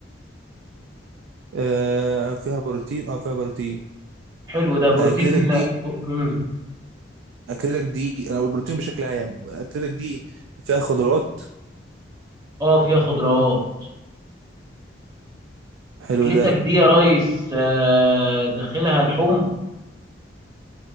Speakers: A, on the right; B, on the right.
A: آه فيها بروتين أه فيها بروتين
B: حلو ده
A: أكلتك
B: بروتين
A: دي
B: امم
A: أكلتك دي أنا بقول بروتين بشكل عام أكلتك دي فيها خضروات
B: اه فيها خضروات
A: حلو
B: اكلتك
A: ده
B: دي يا ريس آه، داخلها لحوم